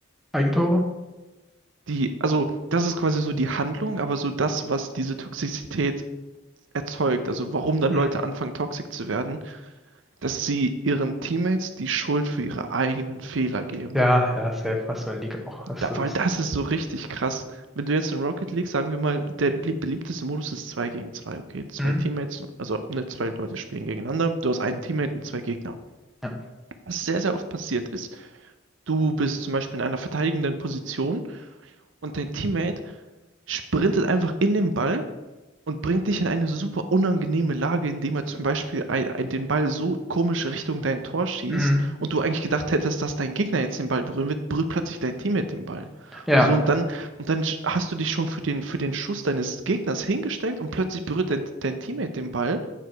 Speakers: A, in the centre; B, on the right.
A: Eigentore?
B: Die, also, das ist quasi so die Handlung, aber so das, was diese Toxizität erzeugt, also warum dann
A: Hm.
B: Leute anfangen, toxic zu werden, dass sie ihren Teammates die Schuld für ihre eigenen Fehler geben.
A: Ja, ja, safe, hast du in der Liga auch, hast
B: Da,
A: du das.
B: weil das ist so richtig krass. Wenn du jetzt in Rocket League, sagen wir mal, der belieb- beliebteste Modus ist 2 gegen 2 okay? Zwei
A: Hm?
B: Teammates, also ne, zwei Leute spielen gegeneinander. Du hast einen Teammate und zwei Gegner.
A: Ja,
B: Was sehr, sehr oft passiert ist, du bist zum Beispiel in einer verteidigenden Position und dein Teammate sprintet einfach in den Ball und bringt dich in eine super unangenehme Lage, indem er zum Beispiel ein, ein, den Ball so komisch Richtung dein Tor schießt
A: Hm.
B: und du eigentlich gedacht hättest, dass dein Gegner jetzt den Ball berühren wird, berührt plötzlich dein Teammate den Ball.
A: ja,
B: So und dann und dann sch- hast du dich schon für den für den Schuss deines Gegners hingestellt und plötzlich berührt dein, dein Teammate den Ball